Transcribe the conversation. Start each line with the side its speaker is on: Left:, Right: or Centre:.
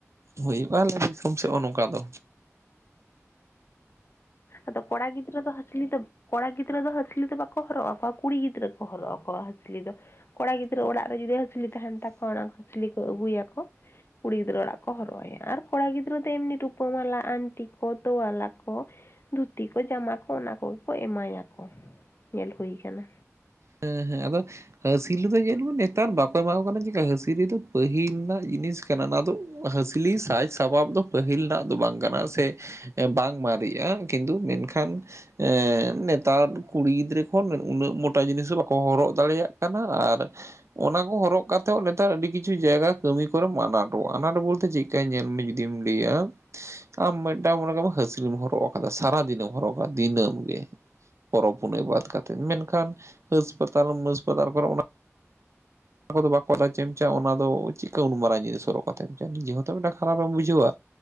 Right: ᱦᱩᱭᱩᱜᱼᱟ ᱟᱞᱮ ᱫᱤᱥᱚᱢ ᱥᱮᱫ ᱦᱚᱸ ᱱᱚᱝᱠᱟ ᱫᱚ᱾
Left: ᱟᱫᱚ ᱠᱚᱲᱟ ᱜᱤᱫᱽᱨᱟᱹ ᱫᱚ ᱦᱟᱥᱞᱤ ᱫᱚ ᱠᱚᱲᱟ ᱜᱤᱫᱽᱨᱟᱹ ᱫᱚ ᱦᱟᱹᱥᱞᱤ ᱫᱚ ᱵᱟᱠᱚ ᱦᱚᱨᱚᱜᱼᱟ ᱟᱠᱚᱣᱟ ᱠᱩᱲᱤ ᱜᱤᱫᱽᱨᱟᱹ ᱠᱚ ᱦᱚᱨᱚᱜ ᱟᱠᱚᱣᱟ ᱦᱟᱹᱥᱞᱤ ᱫᱚ᱾ ᱠᱚᱲᱟ ᱜᱤᱫᱽᱨᱟᱹ ᱚᱲᱟᱜ ᱨᱮ ᱡᱩᱫᱤ ᱦᱟᱹᱥᱞᱤ ᱛᱟᱦᱮᱱ ᱛᱟᱠᱚᱣᱟ ᱚᱱᱟ ᱦᱟᱹᱥᱞᱤ ᱠᱚ ᱟᱹᱜᱩᱭ ᱟᱠᱚ᱾ ᱠᱩᱲᱤ ᱜᱤᱫᱽᱨᱟᱹ ᱚᱲᱟᱜ ᱠᱚ ᱦᱚᱨᱚᱜᱟᱭᱟ ᱟᱨ ᱠᱚᱲᱟ ᱜᱤᱫᱽᱨᱟᱹ ᱫᱚ ᱮᱢᱱᱤ ᱨᱩᱯᱟᱹᱢᱟᱞᱟ, ᱟᱱᱴᱤ ᱠᱚ, ᱛᱚᱣᱟᱞᱟ ᱠᱚ ᱫᱷᱩᱛᱤ ᱠᱚ, ᱡᱟᱢᱟ ᱠᱚ ᱚᱱᱟ ᱠᱚᱜᱮ ᱠᱚ ᱮᱢᱟᱭᱟᱠᱚ ᱧᱮᱞ ᱦᱩᱭ ᱟᱠᱟᱱᱟ᱾
Right: ᱦᱮᱸ ᱦᱮᱸ ᱟᱫᱚ᱾ ᱦᱟᱹᱥᱤᱞᱤ ᱫᱚ ᱧᱮᱞ ᱵᱚᱱ ᱱᱮᱛᱟᱨ ᱵᱟᱠᱚ ᱮᱢᱟ ᱠᱚ ᱠᱟᱱᱟ ᱪᱮᱠᱟ ᱦᱟᱹᱥᱤᱞᱤ ᱫᱚ ᱯᱟᱹᱦᱤᱞ ᱨᱮᱱᱟᱜ ᱡᱤᱱᱤᱥ ᱠᱟᱱᱟ ᱚᱱᱟ ᱫᱚ ᱦᱟᱹᱥᱞᱤ ᱥᱟᱡᱽ ᱥᱟᱯᱟᱵ ᱫᱚ ᱯᱟᱹᱦᱤᱞ ᱨᱮᱱᱟᱜ ᱫᱚ ᱵᱟᱝ ᱠᱟᱱᱟ ᱥᱮ ᱵᱟᱝ ᱢᱟᱨᱤᱜᱼᱟ ᱠᱤᱱᱛᱩ ᱢᱮᱱᱠᱷᱟᱱ ᱮᱸ ᱱᱮᱛᱟᱨ ᱠᱩᱲᱤ ᱜᱤᱫᱽᱨᱟᱹ ᱠᱷᱚᱱ ᱩᱱᱟᱹᱜ ᱢᱚ ᱴᱟ ᱡᱤᱱᱤᱥ ᱦᱚᱸ ᱵᱟᱠᱚ ᱦᱚᱨᱚᱜ ᱫᱟᱲᱮᱭᱟᱜ ᱠᱟᱱᱟ ᱟᱨ ᱚᱱᱟ ᱠᱚ ᱦᱚᱨᱚᱜ ᱠᱟᱛᱮᱫ ᱱᱮᱛᱟᱨ ᱟᱹᱰᱤ ᱠᱤᱪᱷᱩ ᱡᱟᱭᱜᱟ ᱠᱟᱹᱢᱤ ᱠᱚᱨᱮᱢ ᱟᱱᱟᱴᱚᱜᱼᱟ, ᱟᱱᱟᱴ ᱵᱚᱞᱛᱮ ᱪᱮᱜ <inaudible> ᱧᱮᱞ ᱢᱮ ᱡᱩᱫᱤᱢ ᱞᱟᱹᱭᱟ ᱟᱢ ᱢᱮᱫᱴᱟᱝ ᱢᱚᱱᱮ ᱠᱟᱜ ᱢᱮ ᱦᱟᱸᱥᱞᱤᱢ ᱦᱚᱨᱚᱜ ᱠᱟᱫᱟ ᱥᱟᱨᱟᱫᱤᱱᱮᱢ ᱦᱚᱨᱚᱜᱟ ᱫᱤᱱᱟᱹᱢ ᱜᱮ ᱯᱚᱨᱚᱵᱽ ᱯᱩᱱᱟᱹᱭ ᱵᱟᱫᱽ ᱠᱟᱛᱮᱫ ᱢᱮᱱᱠᱷᱟᱱ ᱦᱟᱹᱥᱯᱟᱛᱟᱞ ᱢᱟᱹᱥᱯᱟᱛᱟᱞ ᱠᱚᱨᱮ ᱚᱱᱟ ᱟᱠᱚ ᱫᱚ ᱵᱟᱠᱚ <inaudible> ᱚᱱᱟ ᱫᱚ ᱪᱮᱜᱠᱟ ᱩᱱᱢᱟᱝ ᱡᱤᱱᱤᱥ ᱦᱚᱨᱚᱜ ᱠᱟᱛᱮᱢ ᱪᱟᱜᱼᱟ, ᱱᱤᱡᱮ ᱦᱚᱸᱛᱚ ᱢᱮᱫᱴᱟᱜ ᱠᱷᱟᱨᱟᱯ ᱮᱢ ᱵᱩᱡᱷᱟᱹᱣᱟ᱾